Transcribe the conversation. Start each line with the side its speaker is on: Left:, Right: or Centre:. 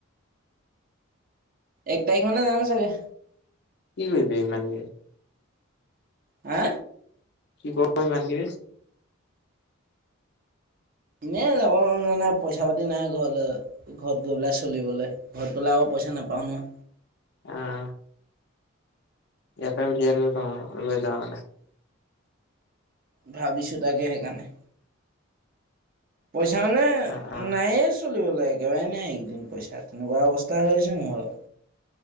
Right: এক তাৰিখ মানে যাম চাগে।
Left: কি কৰিবি ইমান কে
Right: হা
Left: কি কৰ ইমান কে
Right: এনেই যাব যোৱা নাই পইচা পাতি নাই ঘৰলৈ ঘৰত গৈ পেলাই চলিবলৈ ঘৰত গ'লে আকৌ পইচা নাপাওঁ ন
Left: আহ ইয়াতে উলিয়াই লৈ যাওঁ আও লৈ যাওঁ মানে।
Right: ভাবিছো তাকে সেইকাৰণে পইচা মানে
Left: অ', অ',
Right: নাইয়ে চো- চলিবলৈ একেবাৰে নাই এইকেইদিন পইচা তেনেকুৱা অৱস্থা হৈ আছে মো ভাগৰ।